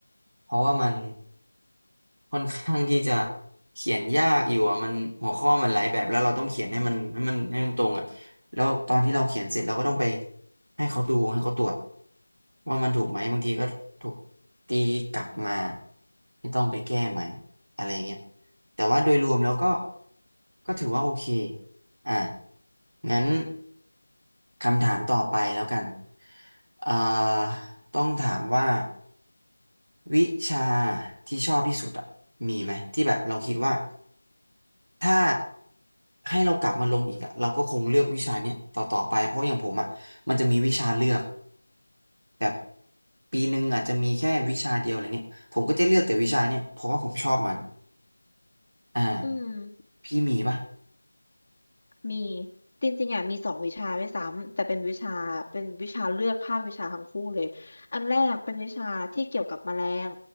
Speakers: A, on the right; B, on the left.
A: เพราะว่ามัน ค่อนข้างที่จะเขียนยากอยู่อ่ะมันหัวข้อมันหลายแบบแล้วเราต้องเขียนให้มันให้มันให้มันตรงอ่ะแล้วตอนที่เราเขียนเสร็จเราก็ต้องไปให้เขาดูให้เขาตรวจว่ามันถูกไหมบางทีก็ถูกตีกลับมาที่ต้องไปแก้ใหม่อะไรเงี้ยแต่ว่าโดยรวมแล้วก็ก็ถือว่าโอเคอ่ะงั้นคำถามต่อไปแล้วกันเอ่อต้องถามว่า วิชาที่ชอบที่สุดอะมีไหมที่แบบเราคิดว่าถ้าให้เรากลับมาลงอีกอะเราก็คงเลือกวิชาเนี้ยต่อต่อไปเพราะอย่างผมอะมันจะมีวิชาเลือกแบบปีหนึ่งอาจจะมีแค่วิชาเดียวอะไรเงี้ยผมก็จะเลือกแต่วิชาเนี้ยเพราะว่าผมชอบมันอ่า
B: อืม
A: พี่มีปะ
B: มีจริงๆอ่ะมีสองวิชาด้วยซ้ำแต่เป็นวิชาเป็นวิชาเลือกภาควิชาทั้งคู่เลยอันแรกเป็นวิชาที่เกี่ยวกับแมลง